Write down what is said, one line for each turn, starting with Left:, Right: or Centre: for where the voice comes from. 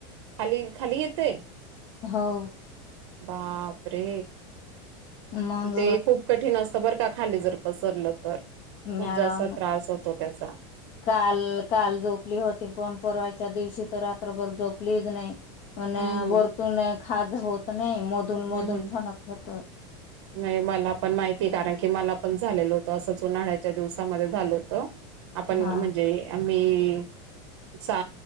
Right: खाली खाली येतय?
Left: हो.
Right: बापरे!
Left: मग
Right: ते खूप कठीण असत. स <inaudible> बरका खाली जर पसरलं तर. खूप
Left: मॅडम
Right: जास्त त्रास होतो त्याचा
Left: काल काल झोपली होती पण पररवाच्या दिवशी तर रात्रबर जोपलीच नाही. मण
Right: हम्म हम्म
Left: वरतून एक खाज होत ना नाही मधून मधून
Right: हम्म हम्म
Left: ठनकत. तर
Right: नाही मला पण माहिती कारण की मला पण झालेलं होतं, असंच उन्हाळ्याच्या दिवसामध्ये झालं होतं. आपण
Left: हा
Right: म्हणजे मी चा